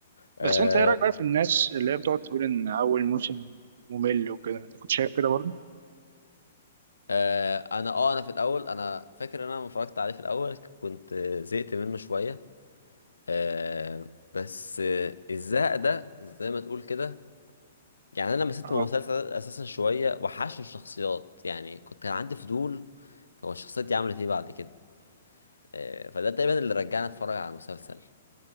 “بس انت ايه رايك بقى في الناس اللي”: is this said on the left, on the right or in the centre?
Right